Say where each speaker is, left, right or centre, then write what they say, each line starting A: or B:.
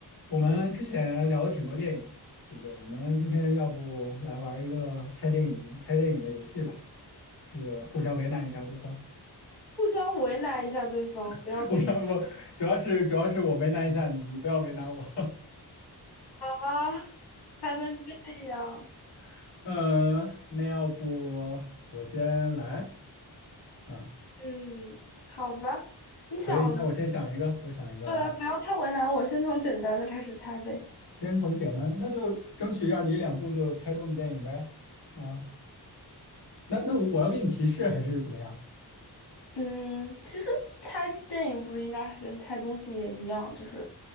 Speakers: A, on the left; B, on the left.
A: 我们之前聊了挺多电影，对不对？我们今天要不来玩一个猜电影、猜电影的游戏吧？这个互相为难一下对方，
B: 互相为难一下对方，
A: <laughs>
B: 不要恶意
A: 互相不，主要是主要是我为难一下你，你不要为难我。
B: 啊，还能这样？
A: <laughs> 嗯，那要不我先来啊？
B: 嗯，好吧，你想
A: 可以，那我先想一个，我想一个啊
B: 过来，不要太为难我，先从简单的开始猜呗。
A: 先从简单，那就争取让你一两部就猜中的电影呗。啊，那那我我要给你提示还是怎么样？
B: 嗯，其实猜电影不是应该还是猜东西也一样，就是